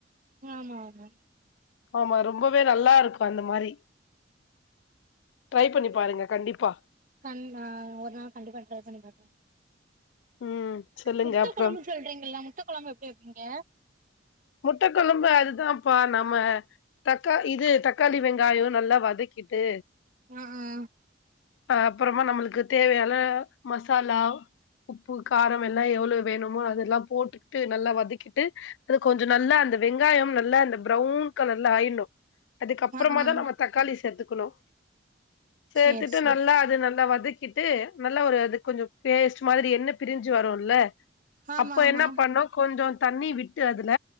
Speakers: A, on the right; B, on the left.
A: ஆமா ஆமா
B: ஆமா ரொம்பவே நல்லாருக்கும் அந்த மாரி ட்ரை பண்ணி பாருங்க கண்டிப்பா
A: பண்லா ஒரு நாள் கண்டிப்பா ட்ரை பண்ணி பாக்குறன்
B: ம் சொல்லுங்க
A: முட்ட
B: அப்புறம்
A: கொழம்பு சொல்றீங்க இல்ல முட்ட கொழம்பு எப்டி வைப்பீங்க
B: முட்டகொழம்பு அதுதான்பா நம்ம தக்கா இது தக்காளி வெங்காயம் நல்லா வதக்கிட்டு
A: ஆ ஆ
B: அப்றோம் நம்மளுக்கு தேவையான மசாலா உப்பு காரம் எல்லா எவ்ளோ வேணு மா அதெல்லாம் போட்டுட்டு நல்லா வதக்கிட்டு அது கொஞ்சோ நல்லா இருந்து வெங்காயம் நல்லா அந்த ப்ரவுன் கலர்ல ஆயினும் அதுக்கப்றமா
A: ஆ ஆ
B: தா நம்ம தக்காளி சேர்த்து குணும் சேத்துட்டு
A: சேர் சேர்
B: நல்லா அது நல்லா வதக்கிட்டு நல்லா ஒரு அது கொஞ்சம் பேஸ்ட் மாரி எண்ண பிரிஞ்சு வருல்ல
A: ஆமா
B: அப்போ
A: ஆமா
B: என்ன பண்ணோ கொஞ்சோ தண்ணி விட் டு அதுல